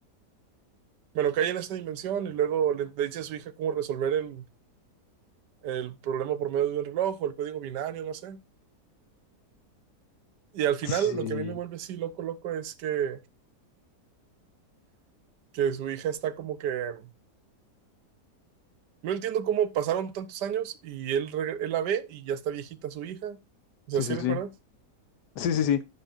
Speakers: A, on the right; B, on the left.
A: bueno, cae en esta dimensión y luego le, le dice a su hija cómo resolver el, el problema por medio de un reloj o el código binario, no sé. Y al final
B: Sí,
A: lo que a mí me vuelve así loco, loco es que, que su hija está como que... No entiendo cómo pasaron tantos años y él, reg- él la ve y ya está viejita su hija. O
B: sí,
A: sea, ¿sí
B: sí,
A: recuerdas?
B: sí. Sí, sí, sí.